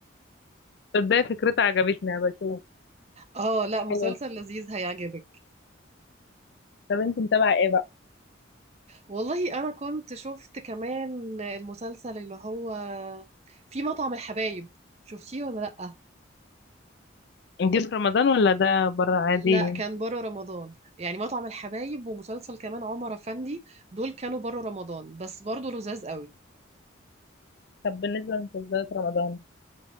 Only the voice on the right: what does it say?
اه لا مسلسل
لذيذ هيعجبك
والله انا كنت شفت كمان المسلسل اللي هو في مطعم الحبايب شفتيه ولا لا
لا كان بره رمضان يعني مطعم الحبايب ومسلسل كمان عمر افندي دول كانوا بره رمضان بس برضو لذاذ قوي